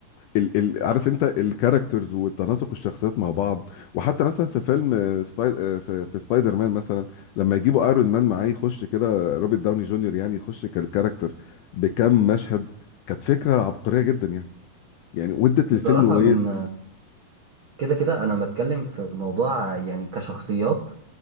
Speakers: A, on the left (about 80°); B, on the right (about 70°).
A: ال ال عارف انت الكاركترز وتناسق الشخصيات مع بعض وحتى مثلا في فيلم آه، سباي آه، في, في سبايدر مان مثلا لما يجيبوا ايرون مان معاه يخش كده روبرت داوني جونيور يعني يخش كالكاركتر بكم مشهد كانت فكره عبقريه جدا يعني يعني ودت
B: بصراحة
A: للفيلم ويت
B: من كده كده انا بتكلم في موضوع يعني كشخصيات